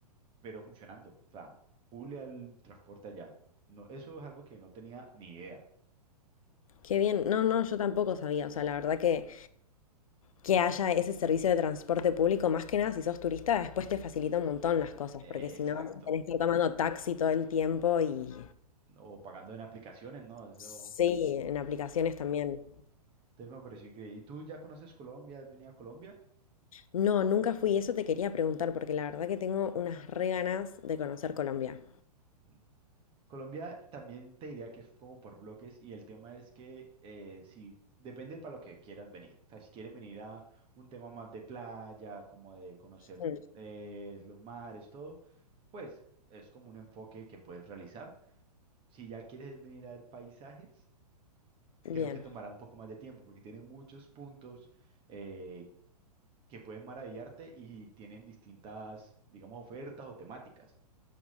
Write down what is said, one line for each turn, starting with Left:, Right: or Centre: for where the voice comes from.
Right: pero funcionando. O sea, full al transporte allá. No, eso es algo que no tenía ni idea.
Left: Qué bien. No, no, yo tampoco sabía. O sea, la verdad que que haya ese servicio de transporte público, más que nada si sos turista, después te facilita un montón las cosas,
Right: Exacto.
Left: porque si no tenés que estar tomando taxi todo el tiempo y
Right: O pagando en aplicaciones, ¿no? Eso.
Left: sí, en aplicaciones también.
Right: Entonces me pareció increíble. ¿Y tú ya conoces Colombia? ¿Has venido a Colombia?
Left: No, nunca fui. Eso te quería preguntar porque la verdad que tengo unas re ganas de conocer Colombia.
Right: Mm. Colombia también te diría que es como por bloques y el tema es que eh, si depende para lo que quieras venir. O sea, si quieres venir a un tema más de playa, como de conocer
Left: Mm,
Right: eh, los mares, todo, pues es como un enfoque que puedes realizar. Si ya quieres venir a ver paisajes,
Left: Bien.
Right: creo que tomará un poco más de tiempo porque tiene muchos puntos eh, que pueden maravillarte y tienen distintas, digamos, ofertas o temáticas.